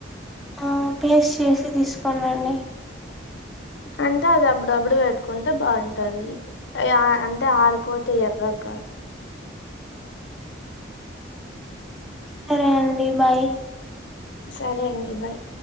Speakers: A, in the centre; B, on the left.
A: ఆ ప్లేస్ చేసి తీసుకోల్లండి
B: అంటే అది అప్పుడప్పుడు బెట్టుకుంటే బావుంటది ఆయా అంటే ఆరిపోతే ఎర్రగ్ కాట్లే
A: సరే అండి బాయ్
B: సరే అండి బాయ్